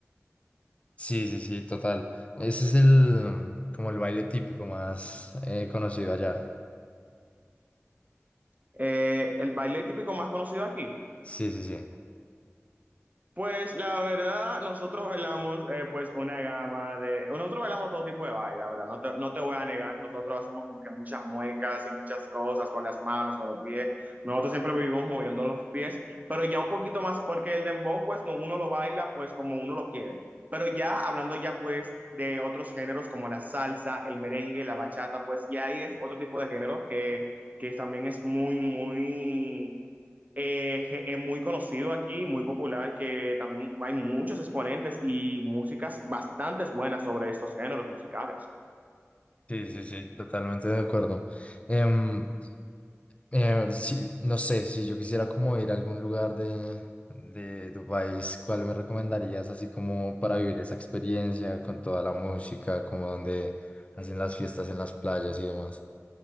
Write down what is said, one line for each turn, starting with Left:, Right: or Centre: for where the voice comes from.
Left: Sí, sí, sí, total. Ese es el como el baile típico más eh, conocido allá.
Right: Eh, el baile típico más conocido aquí.
Left: Sí, sí, sí.
Right: Pues la verdad, nosotros bailamos eh, pues una gama de... Nosotros bailamos todo tipo de baile, la verdad, no te, no te voy a negar. Nosotros hacemos como que muchas muecas y muchas cosas con las manos, con los pies. Nosotros siempre vivimos moviendo los pies, pero ya un poquito más porque el dembow pues no, uno lo baila pues como uno lo quiere. Pero ya hablando ya pues de otros géneros como la salsa, el merengue, la bachata, pues ya ahí es otro tipo de género que, que también es muy, muy eh, es muy conocido aquí, muy popular, que también hay muchos exponentes y músicas bastante buenas sobre estos géneros musicales.
Left: Sí, sí, sí, totalmente de acuerdo. Em, Eh, sí, no sé, si yo quisiera como ir a algún lugar de, de tu país, ¿cuál me recomendarías así como para vivir esa experiencia con toda la música, como donde hacen las fiestas en las playas y demás?